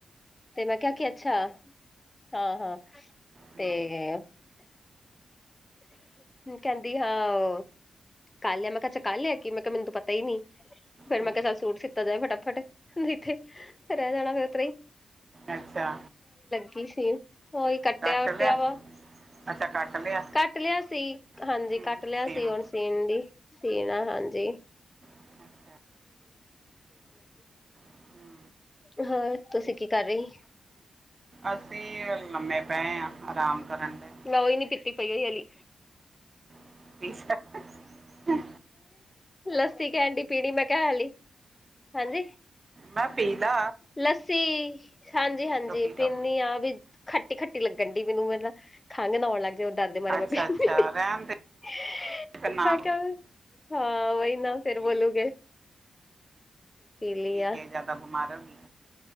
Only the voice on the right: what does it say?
ਹੂੰ
ਹੂੰ
ਅੱਛਾ।
ਕੱਟ
ਲਿਆ
ਅੱਛਾ ਕੱਟ ਲਿਆ
ਹੂੰ
ਸਿਆਣਾ
ਅੱਛਾ ਹੂੰ
ਅਸੀਂ ਲੰਮੇ ਪਏ ਆਂ ਆਰਾਮ ਕਰਨ ਦੇ
<unintelligible>
ਮੈਂ ਪੀ ਲਾ
ਪੀ
ਲੋ ਪੀ ਲੋ
ਅੱਛਾ
ਅੱਛਾ ਰਹਿਣ ਦੇ ਫਿਰ ਨਾ
ਪੀ
ਕੇ ਜਿਆਦਾ ਬਿਮਾਰ ਹੋ ਗੀ।